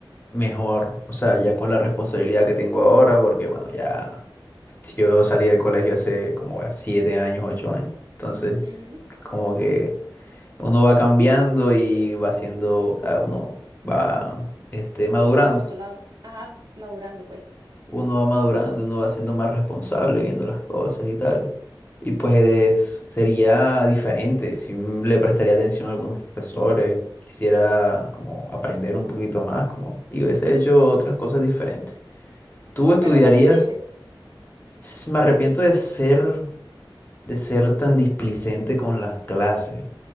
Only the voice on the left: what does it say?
mejor, o sea, ya con la responsabilidad que tengo ahora, porque bueno, ya yo salí del colegio hace como ya siete años, ocho años, entonces
como que uno va cambiando y va siendo, o sea, uno va este, madurando,
uno va madurando, uno va siendo más responsable viendo las cosas y tal, y pues es- sería diferente si le prestaría atención a algunos profesores. Quisiera como aprender un poquito más, como, y hubiese hecho otras cosas diferentes. ¿Tú estudiarías?
S- Me arrepiento de ser, de ser tan displicente con las clases.